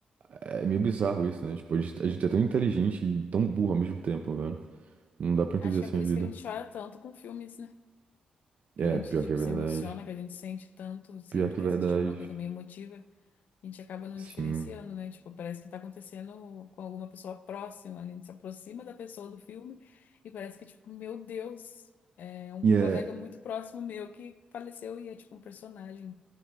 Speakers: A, on the right; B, on the left.
A: É meio bizarro isso, né? Tipo, a gente, a gente é tão inteligente e tão burro ao mesmo tempo, velho. Não dá pra entender
B: Acho
A: assim
B: que é por
A: a
B: isso
A: vida.
B: que a gente chora tanto com filmes, né?
A: É,
B: Que a gente,
A: pior
B: tipo,
A: que é verdade.
B: se emociona, que a gente sente tanto sempre
A: Pior que
B: que
A: é verdade.
B: assiste alguma coisa meio emotiva, a gente acaba não
A: Sim.
B: diferenciando, né? Tipo, parece que tá acontecendo com alguma pessoa próxima, a gente se aproxima da pessoa do filme e parece que, tipo, meu Deus, é um
A: E é,
B: colega muito próximo meu que faleceu e é tipo um personagem.